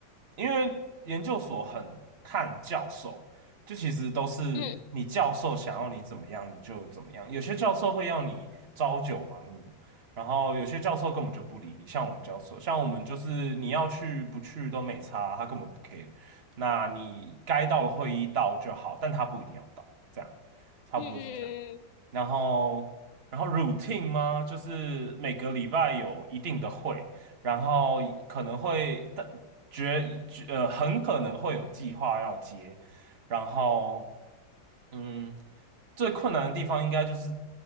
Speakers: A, on the right (about 40°); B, on the left (about 85°).
A: 因为研究所很看教授，就其实都是你教授想要你怎么样你就怎么样，
B: 嗯
A: 有些教授会要你朝九晚五，然后有些教授根本就不理你，像我们教授，像我们就是你要去不去都没差，他根本不 care，那你该到的会议到就好，但他不一定要到，这样差不多是这样。
B: 嗯嗯，嗯
A: 然后然后 routine 吗？就是每个礼拜有一定的会，然后可能会但决决呃很可能会有计划要接，然后嗯，最困难的地方应该就是